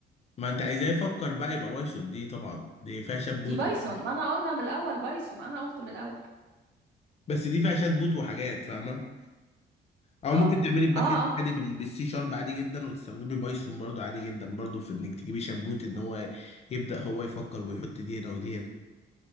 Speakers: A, on the left; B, on the right.
A: ما انت عايزاه يفكر بقى يبقى بايثون دي طبعا دي فيها شات
B: دي
A: بوت
B: بايثون
A: وحاجات
B: ما انا قلنا من الاول بايثون انا قلت من الاول
A: بس دي فيها شات بوت وحاجات فاهمه او ممكن
B: اه
A: تعملي الباك
B: اه
A: اند
B: اه
A: عادي بال- بالسي شارب عادي جدا وتستخدمي بايثون برضو عادي جدا برضو في انك تجيبي شات بوت ان هو يبدا هو يفكر ويحط دي هنا ودي هنا